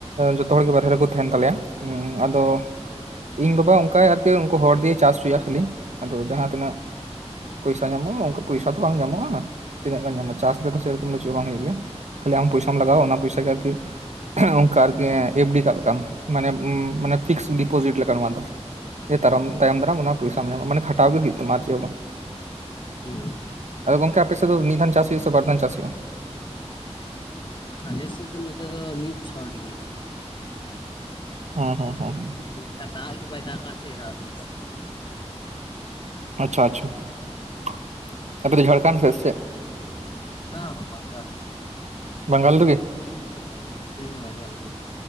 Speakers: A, on the right; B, on the left.
A: ᱡᱚᱛᱚ ᱦᱚᱲᱜᱮ ᱵᱟᱦᱨᱮ ᱨᱮᱠᱚ ᱛᱟᱦᱮᱱ ᱛᱟᱞᱮᱭᱟ᱾ ᱩᱸ ᱟᱫᱚ ᱤᱧ ᱵᱟᱵᱟ ᱚᱱᱠᱟᱭ ᱟᱨ ᱠᱤ ᱩᱱᱠᱩ ᱦᱚᱲ ᱫᱤᱭᱮ ᱪᱟᱥ ᱦᱩᱪᱩᱭᱟ ᱠᱷᱟᱹᱞᱤ ᱟᱫᱚ ᱡᱟᱦᱟᱸ ᱛᱤᱱᱟᱹᱜ
B: <unintelligible>
A: ᱯᱚᱭᱥᱟ ᱧᱟᱢᱚᱜ-ᱟ ᱚᱱᱠᱟ ᱯᱚᱭᱥᱟ ᱫᱚ ᱵᱟᱝ ᱧᱟᱢᱚᱜ-ᱟ, ᱛᱤᱱᱟᱹᱜ ᱜᱟᱱ ᱧᱟᱢᱚᱜ ᱪᱟᱥ ᱜᱮᱛᱚ ᱥᱮᱭ ᱨᱚᱠᱚᱢ ᱫᱚ ᱪᱮᱫ ᱵᱟᱝ ᱦᱩᱭᱩᱜ ᱜᱮᱭᱟ᱾ ᱠᱷᱟᱹᱞᱤ ᱟᱢ ᱯᱚᱭᱥᱟᱢ ᱞᱟᱜᱟᱣᱟ ᱚᱱᱟ ᱯᱚᱭᱥᱟ ᱜᱮ ᱟᱨᱠᱤ ᱚᱱᱠᱟ ᱟᱨ ᱠᱤ ᱮᱯᱷ ᱰᱤ ᱠᱟᱜ ᱠᱟᱢ ᱢᱟᱱᱮ ᱯᱷᱤᱠᱥ ᱚᱯᱚᱡᱤᱴ ᱞᱮᱠᱟ ᱱᱚᱣᱟ ᱫᱚ ᱛᱟᱭᱚᱢ
B: ᱦᱳᱭ
A: ᱛᱟᱭᱚᱢ
B: ᱦᱳᱭ
A: ᱫᱟᱨᱟᱢ ᱚᱱᱟ ᱯᱚᱭᱥᱟᱢ ᱧᱟᱢᱟ ᱢᱟᱱᱮ ᱠᱷᱟᱴᱟᱣ ᱜᱮ ᱦᱩᱭᱩᱜ ᱛᱟᱢᱟ ᱟᱨ ᱪᱮᱫ ᱵᱟᱝ᱾
B: ᱦᱩᱸ
A: ᱟᱫᱚ ᱜᱚᱝᱠᱮ ᱟᱯᱮ ᱥᱮᱫ ᱫᱚ ᱢᱤᱫ ᱫᱷᱟᱱ ᱪᱟᱥ ᱦᱩᱭᱩᱜ-ᱟ ᱥᱮ ᱵᱟᱨᱫᱷᱟᱱ ᱪᱟᱥ ᱦᱩᱭᱩᱜ-ᱟ?
B: ᱟᱞᱮ ᱥᱮᱫ ᱫᱚ ᱱᱚᱛᱮ ᱫᱚ ᱢᱤᱫ ᱪᱷᱚᱴ ᱜᱮ᱾
A: ᱦᱚᱸ ᱦᱚᱸ ᱦᱚᱸ ᱦᱚᱸ
B: ᱚᱱᱠᱟ ᱫᱟᱜ ᱜᱮ ᱵᱟᱭ ᱫᱟᱜ ᱥᱮ ᱚᱱᱟ ᱦᱚᱛᱮ ᱛᱮ
A: ᱟᱪᱪᱷᱟ ᱟᱪᱪᱷᱟ <unintelligible> ᱫᱚ ᱡᱷᱟᱲᱠᱷᱚᱱᱰ ᱥᱮ ᱪᱮᱫ?
B: ᱵᱟᱝᱟ ᱵᱟᱝᱟ ᱵᱟᱝᱜᱟᱞ᱾
A: ᱵᱟᱝᱜᱟᱞ ᱨᱮᱜᱮ
B: ᱦᱩᱸ ᱵᱟᱝᱜᱟᱞ ᱨᱮᱜᱮ᱾